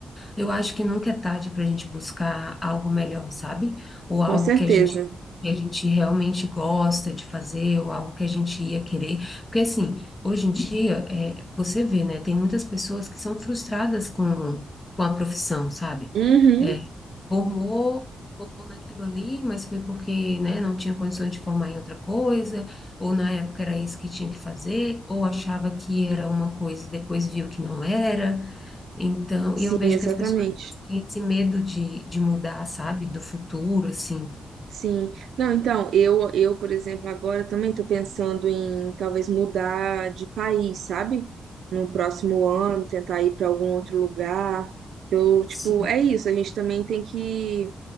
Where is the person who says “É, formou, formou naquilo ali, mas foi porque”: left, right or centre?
Left